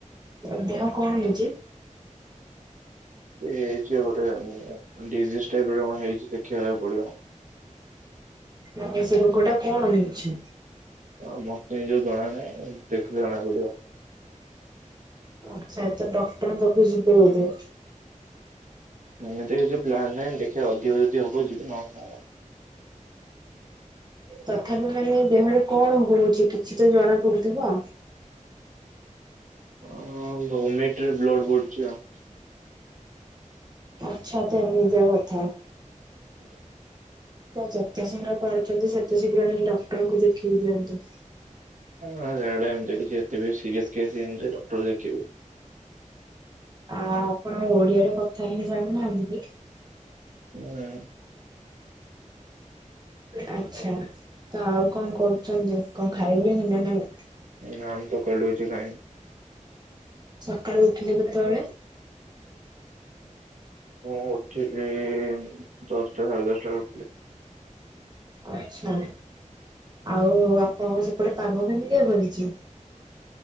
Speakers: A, on the right (about 30°); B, on the right (about 75°).
A: ତଦେହ କଣ ହେଇଚି?
B: ଏଇ ହେଇଚି ଗୋଟେ ଡିଜିଜ୍ ଟାଇପର କଣ ହେଇଚି ଦେଖିବାକୁ ପଡ଼ିବ।
A: ମାନେ ସେ ରୋଗଟା କଣ ହେଇଛି?
B: ଆ ମତେ ନିଯକୁ ଜଣା ନାହିଁ ଦେଖିଲେ ଜଣା ପଡ଼ିବ।
A: ଆଚ୍ଛା ଆଚ୍ଛା ଡକ୍ଟରଙ୍କ ପାଖକୁ ଯିବେ ବୋଧେ?
B: ଏମିତି କିଛି ପ୍ଲାନ୍ ନାହିଁ ଦେଖିଆ ଅଧିକ ଯଦି ହବ ଯିବି ନହନେ ନାହିଁ।
A: ତଥାପି ମାନେ ଦେହରେ କଣ ହଉଚି କିଛିତ ଜଣା ପଡୁଥିବ?
B: ହଁ, ଭୋମେଟିଙ୍ଗ୍ ରେ ବ୍ଲଡ଼ ପଡ଼ୁଚି ଆଉ।
A: ଆଛା, ତ ଏମିତିଆ କଥା।
B: <inaudible>
A: ଏଟା ଯେତେ ଶୀଘ୍ର ପାରୁଚନ୍ତି ସେତେ ଶୀଘ୍ର ନେଇ ଡକ୍ଟରଙ୍କୁ ଦେଖେଇି ଦିଅନ୍ତୁ।
B: ହଁ ସେଟା ଏମିତି କିଛି ଏତେ ବି ସିରିୟସ କେସ୍ ହେଇନିଯେ ଡକ୍ଟର ଦେଖେଇବି।
A: ଆ ଆପଣ ଓଡିଆରେ କଥା ହେଇ ଜାଣିନାହାନ୍ତି କି?
B: ନାଇଁ।
A: ଆଚ୍ଛା ତ ଆଉ କଣ କରୁଚନ୍ତି କଣ ଖାଇଲେଣିନା ନାଇଁ?
B: ନା ମୁଁ ସକାଳଠୁ କିଛି ଖାଇନି।
A: ସକାଳୁ ଉଠିଲେ କେତେବେଳେ?
B: ମୁଁ ଉଠିଲି ଦଶଟା ସାଢ଼େ ଦଶଟାରେ ଉଠିଲି।
A: ଆଚ୍ଛା। ଆଉ ଆପଣଙ୍କ ସେପଟେ ପାଗ କେମିତିଆ କରିଚି?